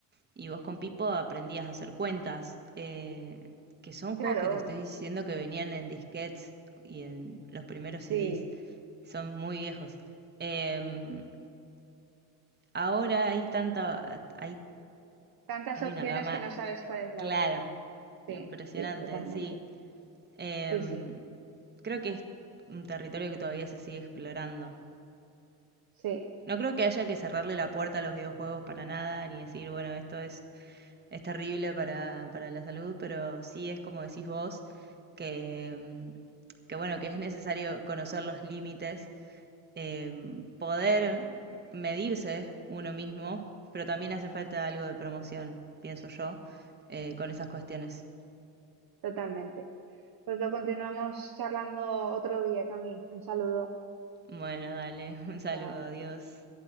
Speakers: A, on the right (about 20°); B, on the right (about 50°).
A: y vos con Pipo aprendías a hacer cuentas, eh, que son juegos
B: Claro,
A: que te estoy diciendo que venían en disquetes y en los primeros
B: sí.
A: CDs. Son muy viejos. Em, ahora hay tanta, hay
B: Tantas
A: hay
B: opciones
A: una gama,
B: que no sabes
A: eh,
B: cuál es la
A: claro,
B: buena. Sí,
A: impresionante,
B: sí, totalmente.
A: sí. Em,
B: Sí, sí,
A: creo que es un territorio que todavía se sigue explorando.
B: sí,
A: No creo que haya que cerrarle la puerta a los videojuegos para nada, ni decir, bueno, esto es, es terrible para, para la salud, pero sí es como decís vos, que, em, que bueno, que es necesario conocer los límites, em, poder medirse uno mismo, pero también hace falta algo de promoción, pienso yo, eh, con esas cuestiones.
B: totalmente. Pues lo continuamos charlando otro día, Cami. Un saludo.
A: Bueno, dale, <laughs> un saludo,
B: Chao.
A: adiós.